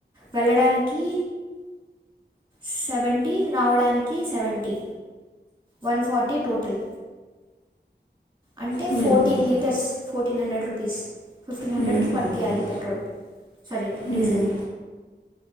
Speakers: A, on the right; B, on the left.
A: వెళ్ళడానికి సెవెంటీ రావడానికి సెవెంటీ వన్ ఫార్టీ టోటల్. అంటే
B: హ్మ్,
A: ఫోర్టీన్
B: హ్మ్,
A: litres fourteen hundred rupees. Fifteen హండ్రెడ్కి
B: హ్మ్, హ్మ్,
A: పట్టీయాలి.
B: హ్మ్.
A: పెట్రోల్ సరే
B: హ్మ్,
A: డీజిల్